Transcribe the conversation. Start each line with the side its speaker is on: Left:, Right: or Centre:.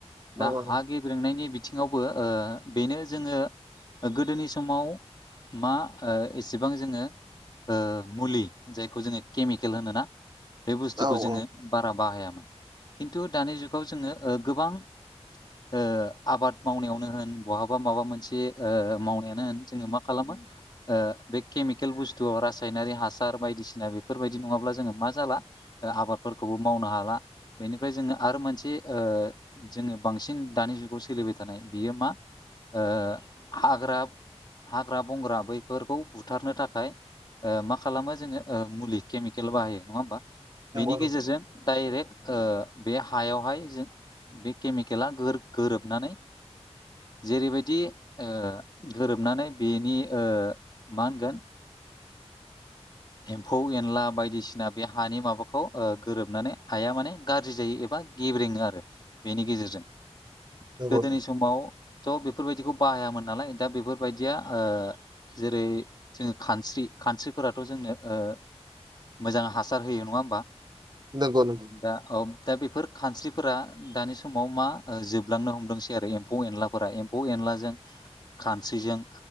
Right: नंगौ
Left: दा हा गेब गेब्रेंनायनि बिथिङावबो ओ बेनो जोङो गोदोनि समाव मा ओ‌ एसेबां जोङो ओ‌ मुलि जायखौ जोङो केमिकेल होनोना बे बुस्थुखौ
Right: औ
Left: जोङो
Right: औ
Left: बारा बाहायामोन खिन्थु दानि जुगाव जोङो ओ गोबां ओ आबाद मावनायावनो होन बहाबा माबा मोनसे मावनायानो होन जोङो मा खालामो ओ‌ बे केमिकेल बुस्थुआव रासायनारि हासार बायदिसिना बेफोरबायदि नङाब्ला जोङो मा जाला आबादफोरखौबो मावनो हाला बेनिफ्राय जोङो आरो मोनसे ओ‌ जोङो बांसिन दानि जुगावसो सोलिबाय थानाय बियो मा ओ‌ हाग्रा हाग्रा बंग्रा बैफोरखौ बुथारनो थाखाय ओ‌ मा खालामो जोङो ओ‌ मुलि केमिकेल बाहायो नङा होमबा
Right: नंगौ
Left: बेनि
Right: नंगौ
Left: गेजेरजों डाइरेक्ट ओ बे हायावहाय जों बे केमिकेला गोर गोरोब नानै जेरैबायदि ओ गोरोबनानै बेनि ओ मा होनगोन एम्फौ एनला बायदिसिना बे हानि माबाखौ ओ गोरोबनानै हाया माने गाज्रि जायो एबा गेब्रेंङो आरो बेनि गेजेरजों
Right: नंगौ
Left: गोदोनि समाव थ' बेफोरबायदिखौ बाहायामोन नालाय दा बेफोरबायदिया ओ जेरै जोङो खानस्रि खानस्रिफोराथ' जोंनो ओ मोजां हासार होयो नङा होमबा
Right: नंगौ नंगौ
Left: दा औ दा बेफोर खानस्रिफोरा दानि समाव मा ओ जोबलांनो हमदोंसै आरो एम्फौ एनलाफोरा एम्फौ एनला जों खानस्रिजों